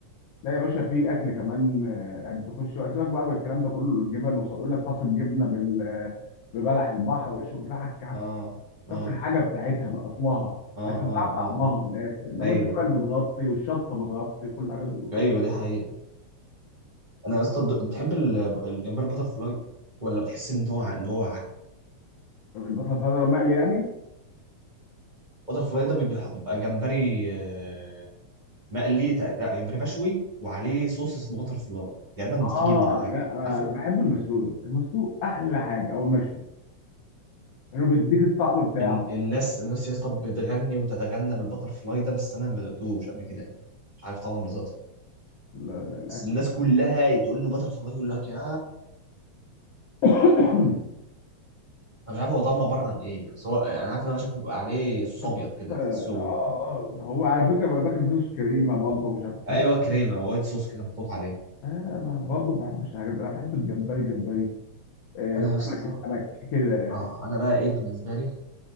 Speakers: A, on the left; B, on the right.
A: لا يا باشا في اكل كمان آه، يعني تخش بقى سيبك بقى من الكلام ده كله الجبن ويقول لك طاس الجبنه بال آه، ببلح البحر والشغل ده
B: اه اه
A: تاكل الحاجه بتاعتها باصلها
B: اه
A: عشان
B: اه
A: تعرف
B: اه
A: طعمها
B: اه
A: من الاخر انما
B: ايوه
A: الجبن بتغطي والشطه بتغطي وكل الحاجات دي بتغطي
B: ايوه دي حقيقة انا يا اسطى بتحب ال- الجمبري بتر فلاي ولا بتحس ان هو ان هو
A: طب البطاطا لو مقلي يعني
B: بتر فلاي ده بيبقى بيبقى جمبري آه، مقلي تقريبا لا جمبري مشوي وعليه صوص اسمه بتر فلاي غالبا في
A: اه
B: جبنه او حاجه
A: لا
B: كده
A: انا
B: عارفه
A: بحب المسلوق يا اسطى. المسلوق احلى حاجه او المشوي لانه بيديك الطعم بتاعه
B: ال- الناس الناس يا اسطى بتغني وتتغنى بالبتر فلاي ده بس انا ما دقتوش قبل كده يعني مش عارف طعمه عامل ازاي اصلا
A: لا لا الاكل
B: بس الناس كلها تقول له بتر فلاي يقول لك يا
A: <coughs>
B: انا مش عارف هو طعمه عباره عن ايه يعني سواء انا عارف ان هو شكله بيبقى عليه صوص
A: خصوص
B: ابيض كده
A: <clears throat> اه
B: تحسه
A: اه هو على فكره بقى داخل فيه صوص كريمه برضه ومش عارف الكلام
B: ايوه كريمه وايت صوص كده محطوط عليه
A: اه ما برضه ما بحبش الحاجات دي. انا بحب الجمبري جمبري آه
B: انا
A: السمك
B: يا اسطى
A: السمك كده يعني.
B: اه انا بقى ايه بالنسبه لي